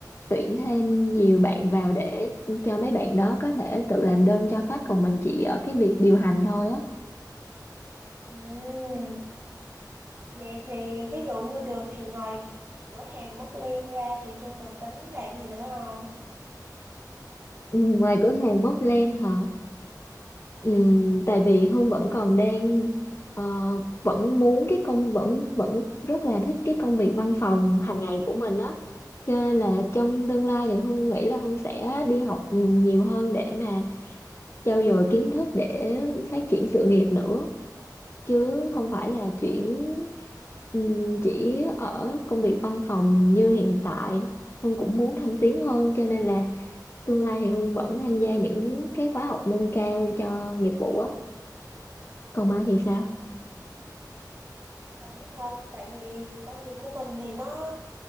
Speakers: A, on the left; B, on the right.
A: tuyển thêm nhiều bạn vào để cho mấy bạn đó có thể tự làm đơn cho khách còn mình chỉ ở cái việc điều hành thôi á
B: Ừm, Vậy thì ví dụ như được thì ngoài cửa hàng Móc Liên ra thì Hương còn tính làm gì nữa không?
A: Ừ, ngoài cửa hàng Mobland hả? Ừ, tại vì Hương vẫn còn đang ờ, vẫn muốn cái công vẫn vẫn rất là thích cái công việc văn phòng hàng ngày của mình á. Cho nên là trong tương lai thì Hương nghĩ là Hương sẽ đi học ừ, nhiều hơn để mà trau dồi kiến thức để phát triển sự nghiệp nữa chứ không phải là chuyển
B: Ừm,
A: ừ, chỉ ở công việc văn phòng như hiện tại. Hương cũng muốn thăng tiến hơn cho nên là tương lai thì Hương vẫn tham gia những cái khóa học nâng cao cho nghiệp vụ á còn Mai thì sao
B: ờ, Mình hả? Tại vì công việc của mình thì nó